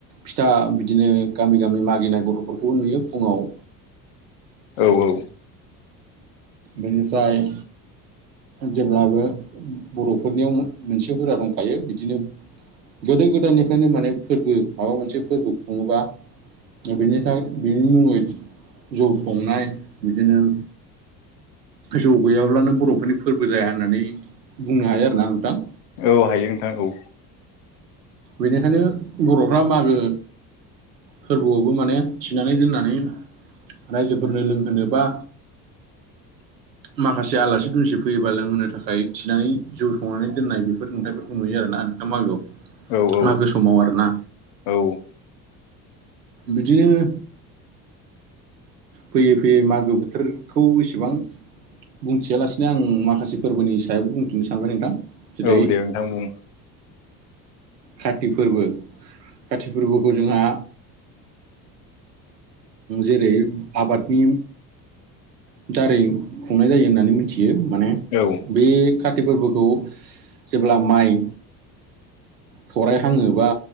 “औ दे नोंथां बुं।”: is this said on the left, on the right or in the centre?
Left